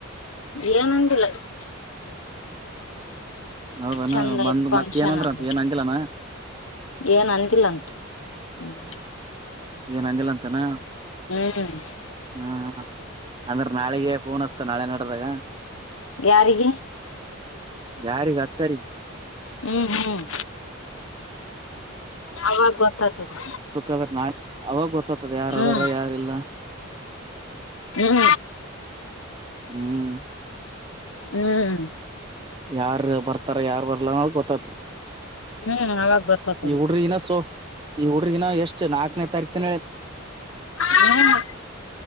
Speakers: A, on the left; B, on the right.
A: ಏನು ಅಂದಿಲ್ಲ ಅಕ್ಕಿ
B: ಹೌದಾನ
A: ಚಂದ ಆಯ್ತ್
B: ಬಂದ್
A: ಫಂಕ್ಷನ್
B: ಮತ್ತತ್ ಏನ ಅಂದ್ರ
A: ಅಂದ
B: ಅಂತ ಏನ್ ಅಂಗಿಲ್ಲನಾ
A: ಏನ್ ಅಂತಿಲ್ಲ ಅಂತ ಹ್ಮ್
B: ಏನ್ ಅಂದಿಲ್ಲ ಅಂತನ
A: ಹ್ಮ್ <unintelligible>
B: ಹ್ಮ ಅಂದ್ರೆ ನಾಳೆಗೆ ಫೋನ್ ಅಸ್ತ ನಾಳೆ ನಡದಾಗ
A: ಯಾರಿಗೆ
B: ಯಾರಿ ಅಚ್ಚರಿಗೆ
A: ಹ್ಮ್ ಹ್ಮ್ ಅವವಾಗ ಗೊತ್ತಾಯ್ತದೆ
B: ಕ ನಾ ಅವಾಗ ಗೊತ್ತತದ ಯಾರದಾರ
A: ಹ್ಮ್
B: ಯಾರಲ್ಲ
A: ಹ್ಮ್
B: ಹ್ಮ್
A: ಹ್ಮ್
B: ಯಾರ್ ಬರ್ತಾರೆ ಯಾರು ಬರಲ್ಲ ಅನ್ನೋದು ಗೊತ್ತಾ
A: ಹ್ಮ್ ಅವಾಗ ಗೊತ್ತತದ
B: ಈ ಹುಡುಗಿರಿಗೆನಸೋ ಈ ಹುಡುಗರೇನ ಎಷ್ಟ ನಾಲ್ಕನೇ ತಾರೀಕು
A: ಹ್ಮ್